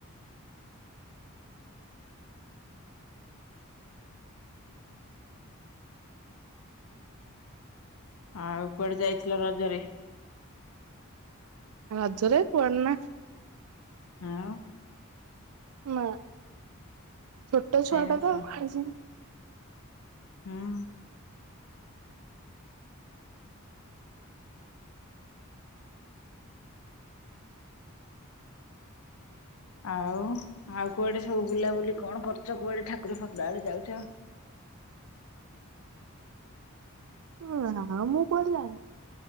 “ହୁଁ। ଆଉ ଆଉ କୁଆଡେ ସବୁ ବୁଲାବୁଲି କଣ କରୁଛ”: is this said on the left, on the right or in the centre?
Left